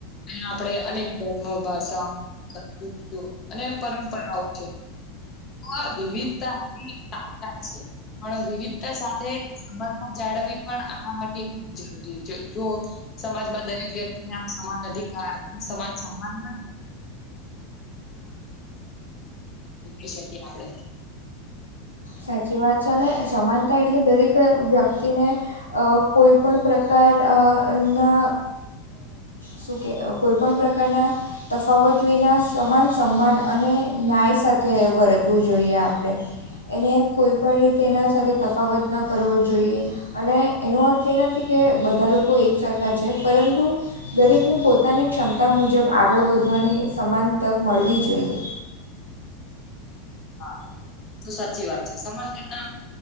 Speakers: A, on the left (about 35°); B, on the left (about 90°).
A: અહીંયા આપડે અને ધર્મ ભાષા સંસ્કૃતિઓ અને પરંપરાઓ છે આ વિવિધતાની તાકાત છે પણ વિવિધતા સાથે સમાનતા જાળવવી પણ આપણા માટે એટલી જ જરૂરી જો સમાજમાં દરેક વ્યક્તિને આમ સમાન અધિકાર અને સમાન સમાન બને <unintelligible> શકીએ આપડે
B: સાચી વાત છે અને સમાનતા એટલે દરેક વ્યક્તિને અ કોઈ પણ પ્રકાર અ ન અ શું કે કોઈપણ પ્રકારના તફાવત વિના સમાન સન્માન અને ન્યાય સાથે વર્તવું જોઈએ આપડે એને કોઈ પણ રીતે એના સાથે તફાવત ન કરવો જોઈએ અને એનો અર્થ એ નથી કે બધા લોકો એક સરખા છે પરંતુ દરેકની પોતાની ક્ષમતા મુજબ આગળ વધવાની સમાન તક મળવી જોઈએ.
A: હા તો સાચી વાત છે સમાનતા ના આમ